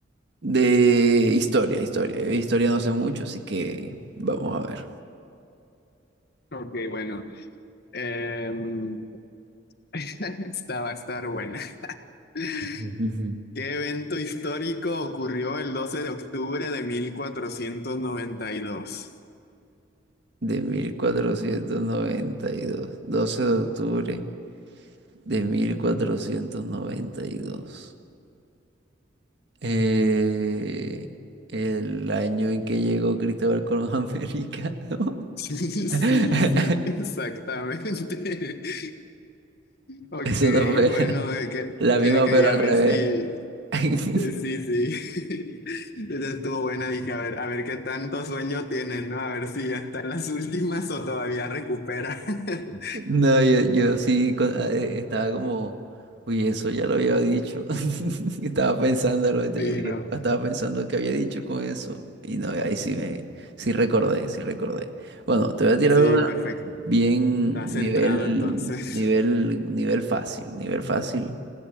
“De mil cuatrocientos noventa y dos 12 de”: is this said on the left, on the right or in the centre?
Right